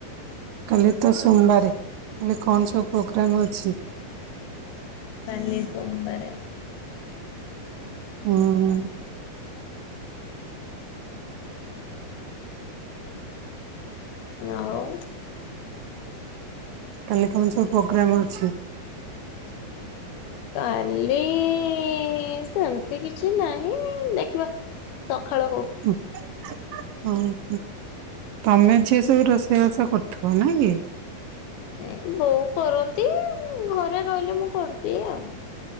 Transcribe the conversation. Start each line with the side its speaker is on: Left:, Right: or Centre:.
Right: କାଲି ତ ସୋମବାରେ କାଲି କଣ ସବୁ ପ୍ରୋଗ୍ରାମ ଅଛି।
Left: କାଲି ସମୋବାରେ।
Right: ହୁଁ।
Left: ଏ ଆଉ।
Right: କାଲି ତମ ସବୁ ପ୍ରୋଗ୍ରାମ୍ ଅଛି।
Left: କାଲି--ସେମିତି କିଛି ନାହିଁ ଦେଖିବା। ସଖାଳ ହଉ।
Right: ହୁଁ ହୁଁ ହଁ। ତମେ ଝିଅ ସବୁ ରୋଷେଇ ବାସ କରୁଥିବ ନାଇଁ କି?
Left: ନାଇଁ ବୋଉ କରନ୍ତି, ଘରେ ରହିଲେ ମୁଁ କରଦିଏ ଆଉ।